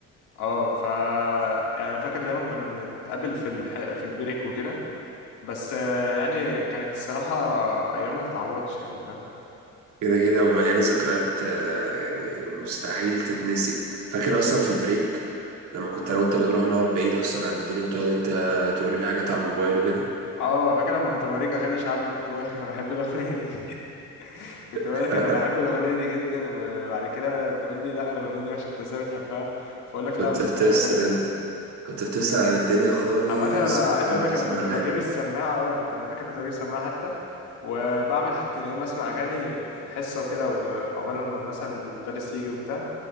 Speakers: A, on the left; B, on the right.
A: اه ف يعني انا فاكر دايما كنا بنتقابل في الح... في البريك وكده بس آه، يعني كانت الصراحة ايام ما تتعوضش يعني فاهم
B: كده كده ومليانة ذكريات آه، يعني مستحيل تتنسي فاكر اصلا في البريك لما كنت انا وانت بنروح نقعد بعيد اصلا عن الدنيا وتقعد انت توريني حاجات على الموبايل وكده
A: اه فاكر لما كنت بوريك اغاني شعبي وكنت بقول لك انا بحب الاغنية دي كنت بقول
B: <laughs>
A: لك انا بحب الاغنيه دي جدا وبعد كده تقول لي لا الاغنيه دي عشان انت ازاي بتحبها فاقول لك
B: كنت
A: لا بس
B: بتفصل
A: هي حلوه
B: انت
A: يعني
B: كنت بتفصل عن الدنيا خالص
A: عامه انا
B: وتقعد
A: عايز اقول
B: تسمع
A: لك انا كنت
B: اغاني
A: بجيب السماعه اه كنت انا فاكر كنت بجيب سماعه حتى وبعمل حاجتين يا اما اسمع اغاني في الحصه وكده وعقبال لما مثلا المدرس يجي وبتاع